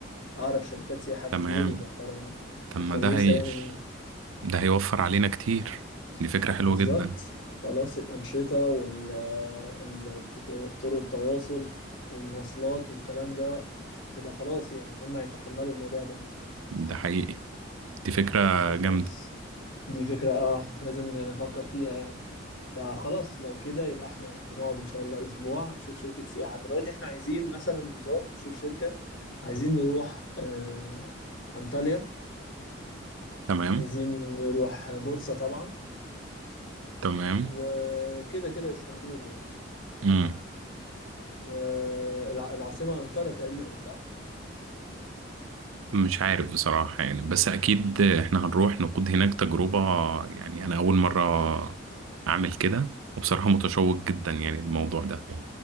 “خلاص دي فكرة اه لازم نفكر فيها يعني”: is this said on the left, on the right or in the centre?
Left